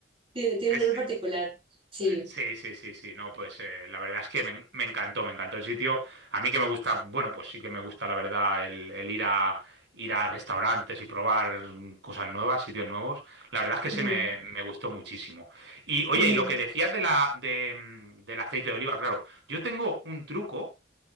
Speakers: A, on the right (about 30°); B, on the right (about 70°).
A: tiene, tiene
B: Es,
A: un sabor
B: eh,
A: particular. Sí.
B: eh, sí, sí, sí, sí, no, pues eh, la verdad es que me, en- me encantó, me encantó el sitio. A mí que me gusta, bueno, pues sí que me gusta, la verdad, el, el ir a, ir a restaurantes y probar mm, cosas nuevas, sitios nuevos. La verdad es que
A: Ujú,
B: se me, me gustó muchísimo. Y oye,
A: ujú,
B: y lo que decías de la, de, mm, del aceite de oliva, claro, yo tengo un truco.